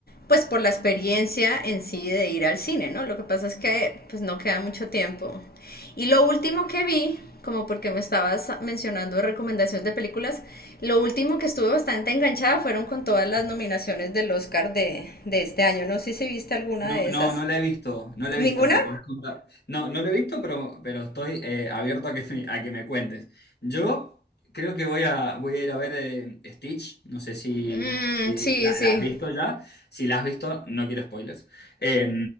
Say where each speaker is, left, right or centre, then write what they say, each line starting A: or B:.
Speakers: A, on the left; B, on the left.
A: pues por la experiencia en sí de ir al cine, ¿no? Lo que pasa es que, pues no queda mucho tiempo. Y lo último que vi, como porque me estabas mencionando recomendaciones de películas, lo último que estuve bastante enganchada fueron con todas las nominaciones del Oscar de, de este año. No sé si viste alguna
B: No,
A: de
B: no,
A: esas.
B: no la he visto, no la
A: ¿Ninguna?
B: he visto, me puedes contar. No, no la he visto, pero, pero estoy eh, abierto a que, me- a que me cuentes. Yo creo que voy a, voy a ir a ver eh, Stitch, no sé si,
A: Mm,
B: si
A: sí,
B: la,
A: sí.
B: la has visto ya. Si la has visto, no quiero spoilers. Eh,